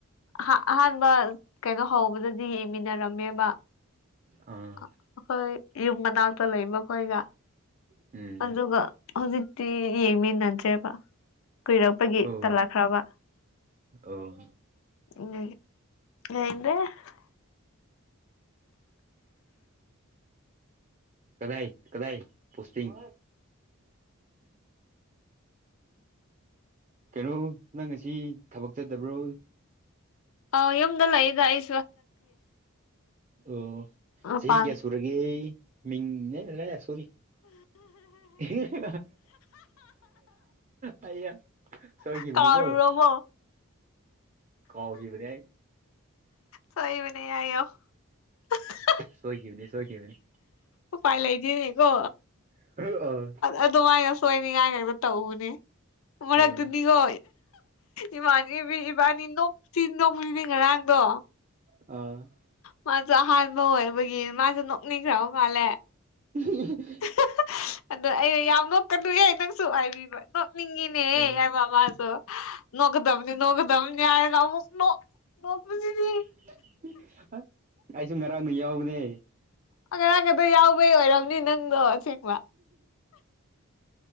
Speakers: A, on the left; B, on the right.
A: ꯑꯍꯥ ꯑꯍꯥꯟꯕ ꯀꯩꯅꯣ ꯍꯧꯕꯗꯗꯤ ꯌꯦꯡꯃꯤꯟꯅꯔꯝꯃꯦꯕ
B: ꯑꯥ
A: ꯑꯩꯈꯣꯏ ꯌꯨꯝ ꯃꯅꯥꯛꯇ ꯂꯩ ꯃꯈꯣꯏꯒ
B: ꯎꯝ
A: ꯑꯗꯨꯒ ꯍꯧꯖꯤꯛ ꯇꯤ ꯌꯦꯡꯃꯤꯟꯅꯗ꯭ꯔꯦꯕ ꯀꯨꯏꯔꯛꯄꯒꯤ
B: ꯑꯣ
A: ꯇꯜꯂꯛꯈ꯭ꯔꯕ
B: ꯑꯣ
A: <unintelligible>
B: ꯀꯗꯥꯏ ꯀꯗꯥꯏ ꯄꯨꯣꯁꯇꯤꯡ ꯀꯩꯅꯣ ꯅꯪ ꯉꯁꯤ ꯊꯕꯛ ꯆꯠꯇꯕ꯭ꯔꯣ
A: ꯑꯣ ꯌꯨꯝꯗ ꯂꯩꯗ ꯑꯩ
B: ꯑꯣ
A: ꯃꯄꯥꯟ
B: ꯆꯍꯤ ꯀꯌꯥ ꯁꯨꯔꯒꯤ ꯃꯤꯡ ꯅꯦꯂꯦ ꯁꯣꯔꯤ <unintelligible> ꯍꯩꯌꯥ ꯁꯣꯏꯈꯤꯕꯅꯤꯀꯣ
A: ꯀꯥꯎꯔꯨꯔꯕꯣ
B: ꯀꯥꯎꯈꯤꯕꯅꯦ ꯑꯩ
A: ꯁꯣꯏꯕꯅꯦ ꯍꯥꯏꯌꯣ <unintelligible>
B: ꯁꯣꯏꯈꯤꯕꯅꯤ ꯁꯣꯏꯈꯤꯕꯅꯤ
A: ꯎꯄꯥꯏ ꯂꯩꯇꯦꯅꯦ ꯀꯣ
B: <unintelligible>
A: ꯑꯗꯣꯃꯥꯏꯅ ꯁꯣꯏꯅꯤꯡꯉꯥꯏ ꯇꯧꯕꯅꯦ ꯃꯔꯛꯇꯗꯤꯀꯣ
B: ꯑꯥ
A: ꯏꯃꯥꯟꯅꯕꯤ ꯏꯕꯥꯅꯤ ꯅꯣꯛꯇꯤ ꯅꯣꯛꯄꯁꯤꯗꯤ ꯉꯔꯥꯡꯗꯣ
B: ꯑ
A: ꯃꯥꯁꯨ ꯑꯍꯥꯟꯕ ꯑꯣꯏꯕꯒꯤ ꯃꯥꯁꯨ ꯅꯣꯛꯅꯤꯡꯈ꯭ꯔꯕ ꯃꯥꯜꯂꯦ
B: <unintelligible>
A: <unintelligible> ꯑꯗꯣ ꯑꯩ ꯌꯥꯝ ꯅꯣꯛꯀꯅꯨꯍꯦ ꯅꯪꯁꯨ ꯍꯥꯏꯕꯤꯕ ꯅꯣꯛꯅꯤꯡꯉꯤꯅꯦ
B: ꯑꯩꯁꯨ
A: ꯍꯥꯏꯕ ꯃꯥꯁꯨ ꯅꯣꯛꯒꯗꯕꯅꯤ ꯅꯣꯛꯒꯗꯕꯅꯤ ꯍꯥꯏꯔꯒ ꯑꯃꯨꯛ ꯅꯣꯛ <unintelligible>
B: <unintelligible> ꯑꯩꯁꯨ ꯉꯔꯥꯡꯗꯤ ꯌꯥꯎꯕꯅꯦ
A: ꯉꯔꯥꯡꯈꯇꯥ ꯌꯥꯎꯕꯩ ꯑꯣꯏꯔꯝꯅꯤ ꯅꯪꯗꯣ ꯑꯁꯦꯡꯕ